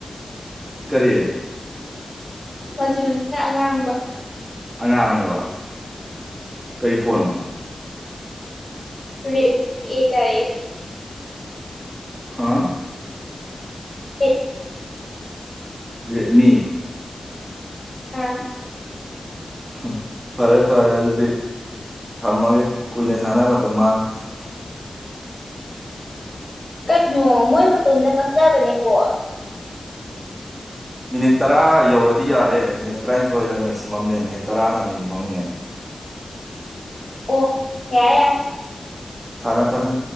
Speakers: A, on the right; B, on the left.
A: ꯀꯔꯤ
B: ꯃꯆꯨꯁꯤꯅ ꯑꯉꯥꯡꯕ
A: ꯑꯉꯥꯡꯕ ꯀꯩ ꯐꯣꯟꯅꯣ
B: ꯔꯦꯠ ꯑꯦ ꯗꯥꯏꯌꯦ
A: ꯍꯥꯥ
B: ꯑꯦ
A: ꯔꯦꯠꯃꯤ
B: ꯑꯥ
A: ꯍꯨꯝ ꯐꯔꯦ ꯐꯔꯦ ꯑꯗꯨꯗꯤ ꯊꯝꯃꯒꯦ ꯀꯨꯏꯅ ꯁꯥꯟꯅꯔ ꯃꯇꯝ ꯃꯥꯡꯅꯕꯅꯤ
B: ꯀꯩꯅꯣ ꯃꯣꯏ ꯃꯇꯣꯝꯗ ꯀꯛꯆꯕꯅꯦ ꯀꯣꯜ
A: ꯃꯤꯅꯤꯠ ꯇꯔꯥ ꯌꯧꯔꯗꯤ ꯌꯥꯔꯦ ꯃꯤꯅꯤꯠ ꯇꯔꯥꯅꯤꯊꯣꯏꯗ ꯃꯦꯛꯁꯤꯃꯝꯅꯦ ꯃꯤꯅꯤꯠ ꯇꯔꯥꯅ ꯃꯤꯅꯤꯃꯝꯅꯦ
B: ꯑꯣ ꯌꯥꯢ ꯌꯥꯢ
A: ꯊꯝꯃꯦ ꯊꯝꯃꯦ